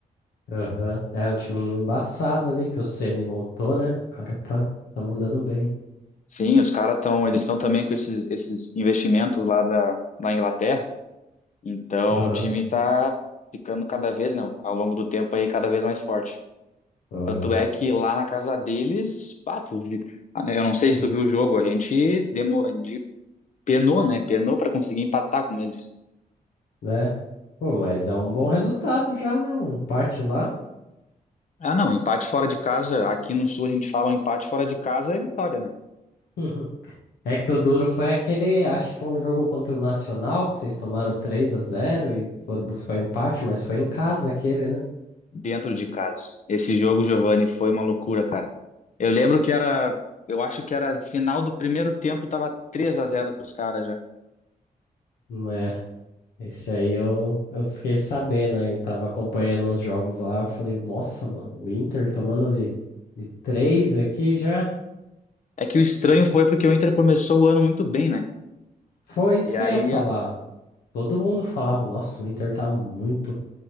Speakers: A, on the left; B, on the left.
A: Aham. É um timinho embaçado ali que o Ceni montou, né? O cara tá, tá mandando bem.
B: Sim, os caras estão, eles estão também com esses, esses investimentos lá da, da Inglaterra. Então
A: Aham,
B: o time tá ficando cada vez, né, ao longo do tempo aí cada vez mais forte.
A: aham.
B: Tanto é que lá na casa deles, pá, tu vi- ah, né, eu não sei
A: Hum,
B: se tu viu o jogo, a gente demo, a gente penou, né? Penou para conseguir empatar com eles.
A: Né? Pô, mas é um bom resultado já, né? Um empate lá.
B: Ah, não, empate fora de casa, aqui no Sul a gente fala empate fora de casa é vitória, né?
A: <laughs> É que o duro foi aquele, acho que foi um jogo contra o Nacional, que vocês tomaram 3 a zero e foram buscar o empate, mas foi em casa aquele, né?
B: dentro de casa. Esse jogo, Giovanni, foi uma loucura, cara. Eu lembro que era, eu acho que era final do primeiro tempo, tava três a 0 pros caras já.
A: Não é. Esse aí eu, eu fiquei sabendo aí, tava acompanhando uns jogos lá, eu falei, nossa, mano, o Inter tomando de, de três aqui já.
B: É que o estranho foi porque o Inter começou o ano muito bem, né?
A: Foi isso
B: E
A: que
B: aí,
A: eu ia falar.
B: a-
A: Todo mundo falava, nossa, o Inter tá muito